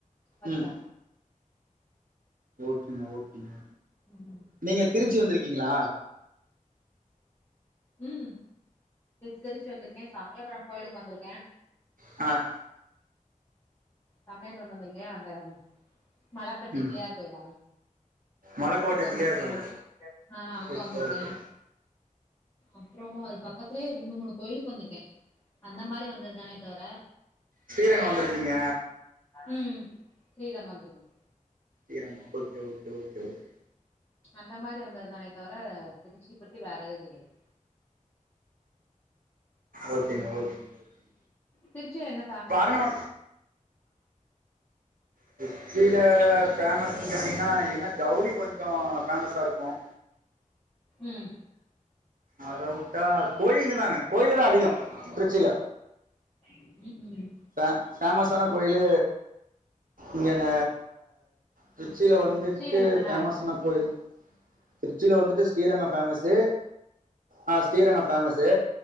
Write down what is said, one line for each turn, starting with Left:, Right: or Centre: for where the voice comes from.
Left: வச்சுட்டாங்க
Right: ம் ஓகேங்க ஓகேங்க
Left: ம்
Right: நீங்க திருச்சி வந்துருக்கீங்ளா
Left: ம் திருச்சி வந்துருக்கேன் சமயபுரம் கோயிலுக்கு வந்துருக்கேன்
Right: அ
Left: சமயபுரம் வந்துருக்கேன் அந்த மலப்பட்டி
Right: ம்
Left: பிள்ளையார் கோயிலா
Right: மலைக்கோட்டை
Left: அங்க வந்துருக்கேன்
Right: பிள்ளையார் கோயில்
Left: அ அங்க
Right: ஓகே
Left: வந்துருக்கேன்
Right: ஓகே
Left: அப்பறம் அது பக்கத்துலே ரெண்டு மூணு கோயிலுக்கு வந்துருக்கேன் ஆ அந்த மாரி வந்ததுதானே தவிர
Right: ஸ்ரீரங்கம் வந்துருப்பீங்க
Left: ம் ஸ்ரீரங்கம் வந்துருக்கன்
Right: தீரன்ல ஓகே ஓகே ஓகே ஓகே
Left: அந்த மாரி வந்ததுதானே தவிர திருச்சி பத்தி வேற எதுந்தெரியாது
Right: ஓகேங்க ஓகேங்க ஓகேங்க
Left: திருச்சில என்ன ஃபேமஸு
Right: இப்போ அரண்மனை திருச்சில ஃபேமஸ்ன் கேட்டீங்னா என்ன ஜவுளி கொஞ்சம் ஃபேமஸாருக்கும்
Left: ம்
Right: அத வுட்டா கோயிலுங்கதாங்க கோயிலுதான் அதிகம் திரிச்சில
Left: ம் ம்
Right: பே ஃபேமஸான கோயிலு இங்கன திருச்சில வந்துட்டு
Left: ஸ்ரீரங்கம் தான
Right: ஃபேமஸான கோயில் திருச்சில வந்துட்டு ஸ்ரீரங்கம் ஃபேமஸு அ Srirangam famous